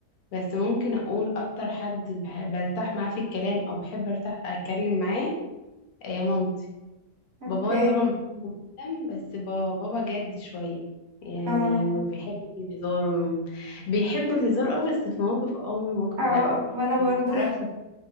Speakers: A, on the left; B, on the right.
A: بس ممكن أقول أكتر حد بح- برتاح معاه في الكلام أو بحب أرتاح أتكلم معاه آه، مامتي
B: اوكي
A: بابايا طبعا بحبه جدا بس با- بابا جد شوية يعني
B: اه
A: ما بيحبش الهزار م- بيحب الهزار اه بس في مواقف اه ومواقف
B: اه
A: لأ
B: وانا برضه
A: يعني معرفش